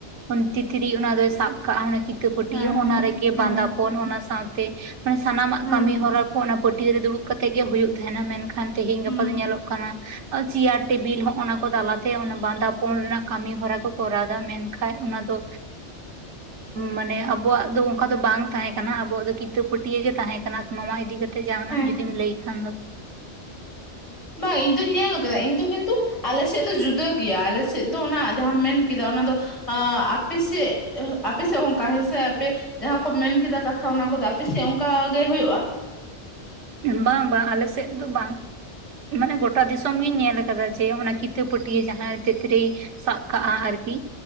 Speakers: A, on the right; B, on the left.
A: ᱚᱱ-ᱛᱤᱛᱨᱤ ᱚᱱᱟ ᱫᱚᱭ ᱥᱟᱵ ᱠᱟᱜ-ᱟ ᱢᱟᱱᱮ ᱠᱤᱛᱟᱹ ᱯᱟᱹᱴᱭᱟᱹ
B: ᱦᱮᱸ
A: ᱚᱱᱟ
B: ᱦᱮᱸ
A: ᱨᱮ- ᱜᱮ
B: ᱦᱮᱸ
A: ᱵᱟᱸᱫᱟᱯᱚᱱ ᱚᱱᱟ ᱥᱟᱶᱛᱮ ᱢᱟᱱᱮ ᱥᱟᱱᱟᱢᱟᱜ
B: ᱦᱩᱸ
A: ᱠᱟᱹᱢᱤ ᱦᱚᱨᱟ ᱚᱱᱟ ᱯᱟᱹᱴᱭᱟᱹ ᱨᱮ ᱫᱩᱲᱩᱵ ᱠᱟᱛᱮ ᱜᱮ ᱦᱳᱭᱳᱜ ᱛᱟᱦᱮᱱᱟ ᱢᱮᱱᱠᱷᱟᱱ ᱛᱮᱦᱮᱧ
B: ᱦᱩᱸ
A: ᱜᱟᱯᱟ ᱫᱚ ᱧᱮᱞᱚᱜ ᱠᱟᱱᱟ ᱪᱮᱭᱟᱨ ᱴᱮᱵᱤᱞ ᱦᱚᱸᱜ-ᱚᱱᱟ ᱠᱚ ᱛᱟᱞᱟᱛᱮ ᱚᱱᱟ ᱵᱟᱸᱫᱟᱯᱚᱱ ᱨᱮᱱᱟᱜ ᱠᱟᱹᱢᱤ ᱦᱚᱨᱟ ᱠᱚ ᱠᱚᱨᱟᱣᱫᱟ ᱢᱮᱱ- ᱠᱷᱟᱱ ᱚᱱᱟ ᱫᱚ ᱢᱟᱱᱮ ᱟᱵᱚᱣᱟᱜ ᱫᱚ ᱚᱱᱠᱟ ᱫᱚ ᱵᱟᱝ ᱛᱟᱦᱮᱸ ᱠᱟᱱᱟ, ᱟᱵᱚᱣᱟᱜ ᱫᱚ ᱠᱤᱛᱟᱹ ᱯᱟᱹᱴᱭᱟᱹ ᱜᱮ ᱛᱟᱦᱮᱸ ᱠᱟᱱᱟ᱾ ᱱᱚᱣᱟ ᱤᱫᱤ ᱠᱟᱛᱮ ᱡᱟᱦᱟᱱᱟᱜ
B: ᱦᱮᱸ
A: ᱡᱩᱫᱤᱢ ᱞᱟᱹᱭ ᱠᱷᱟᱱ ᱫᱚ,
B: ᱵᱟᱝ ᱤᱧ ᱫᱩᱧ ᱧᱮᱞ ᱟᱠᱟᱫᱟ ᱤᱧ ᱫᱚ ᱠᱤᱱᱛᱩ ᱟᱞᱮ ᱥᱮᱫ ᱫᱚ ᱡᱩᱫᱟᱹ ᱜᱮᱭᱟ ᱟᱞᱮ ᱥᱮᱫ ᱫᱚ ᱚᱱᱟ ᱡᱟᱦᱟᱸᱢ ᱢᱮᱱ ᱠᱮᱫᱟ ᱚᱱᱟ ᱫᱚ ᱟᱯᱮ ᱥᱮᱫ ᱟᱯᱮ ᱥᱮᱫ ᱚᱱᱠᱟ ᱦᱮᱸ ᱥᱮ, ᱟᱯᱮ ᱡᱟᱦᱟᱸ ᱠᱚ ᱢᱮᱱ ᱠᱮᱫᱟ ᱠᱟᱛᱷᱟ ᱚᱱᱟ ᱠᱚᱫᱚ ᱟᱯᱮᱥᱮᱜ ᱚᱱᱠᱟ ᱜᱮ ᱦᱳᱭᱳᱜ-ᱟ᱾
A: ᱵᱟᱝ ᱵᱟᱝ ᱟᱞᱮ ᱥᱮᱫ ᱫᱚ ᱵᱟᱝ᱾ ᱢᱟᱱᱮ ᱜᱚᱴᱟ ᱫᱤᱥᱚᱢ ᱜᱤᱧ ᱧᱮᱞ ᱟᱠᱟᱫᱟ᱾ ᱡᱮ ᱚᱱᱟ ᱠᱤᱛᱟᱹ ᱯᱟᱹᱴᱭᱟᱹ ᱡᱟᱦᱟᱸᱭ ᱛᱤᱛᱨᱤ ᱥᱟᱵ ᱠᱟᱜ-ᱟ ᱟᱨᱠᱤ